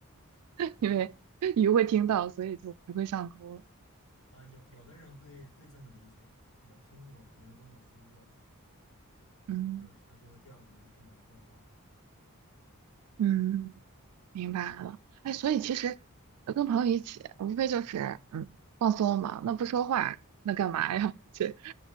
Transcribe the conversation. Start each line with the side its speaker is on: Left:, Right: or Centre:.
Right: <laughs> 因为鱼会听到，所以就不会上钩了。
Left: 啊。有有的人会会这么理解，我听我朋友跟我说过的，
Right: 嗯
Left: 就是他说钓鱼不能说话。
Right: 嗯，明白了。哎，所以其实呃跟朋友一起，无非就是嗯放松嘛，那不说话，那干嘛呀？<laughs> 这